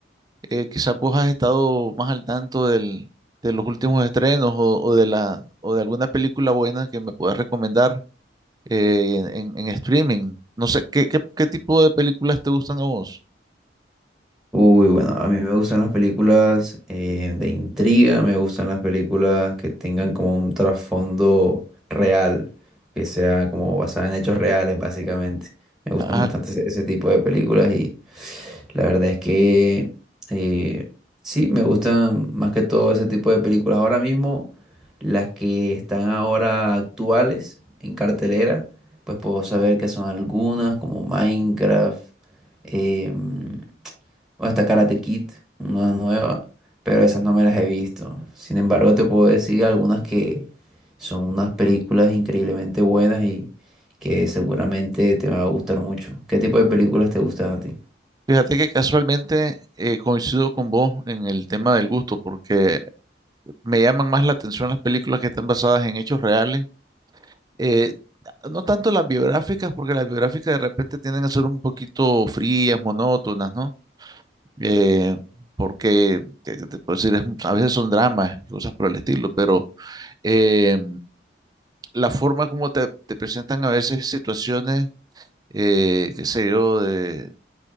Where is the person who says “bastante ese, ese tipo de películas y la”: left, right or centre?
Centre